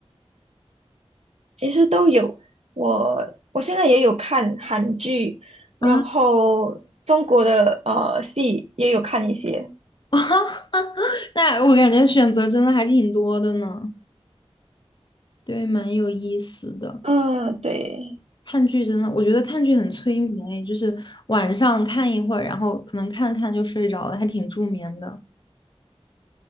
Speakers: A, on the right; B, on the left.
A: 其实都有。我我现在也有看韩剧，然后中国的呃戏也有看一些。
B: 啊。<laughs> 那我感觉选择真的还挺多的呢，对，蛮有意思的。
A: 嗯，对，
B: 看剧真的，我觉得看剧很催眠欸，就是晚上看一会儿，然后可能看看就睡着了，还挺助眠的。